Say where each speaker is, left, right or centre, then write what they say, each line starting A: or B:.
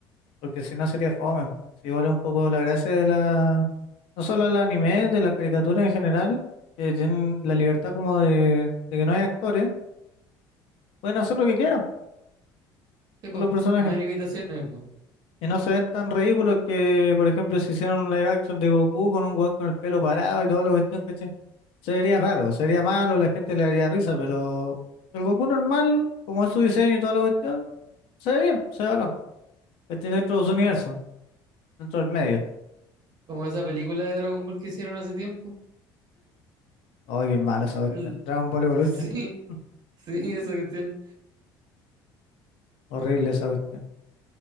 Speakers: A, on the left (about 70°); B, on the right (about 45°).
A: Porque si no sería fome. Si Igual es un poco la gracia de la, no solo del anime, de la caricatura en general, que tienen la libertad como de, de que no hay actores, pueden hacer lo que quieran
B: Sí,
A: con
B: po.
A: los personajes.
B: No hay limitaciones, po.
A: Y no se ven tan ridículos que, por ejemplo, si hicieran un live action de Goku con un weón con el pelo parado y toda la cuestión, ¿cachai? Se vería raro, se vería malo, la gente le daría risa, pero el Goku normal, como es su diseño y toda la cuestión, se ve bien, se ve bacán, ¿cachai? Dentro de su universo, dentro del medio.
B: Como esa película de Dragon Ball que hicieron hace tiempo.
A: Ay, qué malo esa cuestión.
B: El-
A: Dragon Ball Evolution,
B: <laughs> Sí,
A: <laughs>
B: sí, esa cuestión.
A: horrible esa cuestión.